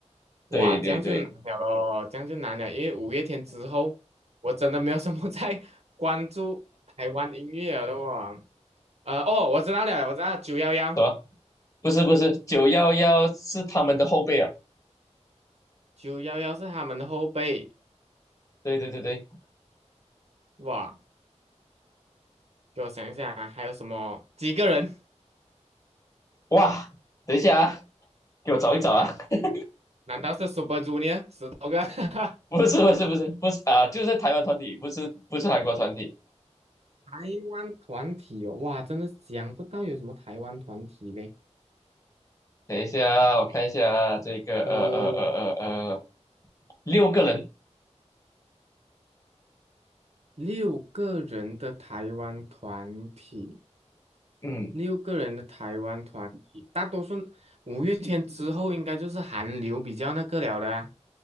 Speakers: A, on the right; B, on the left.
A: 哇，
B: 对对对，
A: 这样就难了咯，这样就难了，因为五月天之后，我真的没有什么 <laughs> 在关注台湾音乐了的哇。呃，哦，我知道了，我知道九幺幺，
B: 什么不是不是，九幺幺是他们的后辈啊，
A: 九幺幺是他们的后辈。
B: 对对对对，
A: 哇，给我想一想啊，还有什么几个人
B: 哇，等一下啊，给我找一找啊，
A: 啊？
B: <laughs>
A: 难道是 Super Junior 十多个？<laughs>
B: 不是不是不是不是啊，就是台湾团体，不是不是韩国团体，
A: 台湾团体哦，哇，真的想不到有什么台湾团体嘞。
B: 等一下啊我看一下啊这个呃呃呃呃呃，
A: 呃，
B: 六个人，
A: 六个人的台湾团体，
B: 嗯。
A: 六个人的台湾团体，大多数五月天之后应该就是韩流比较那个了的啊。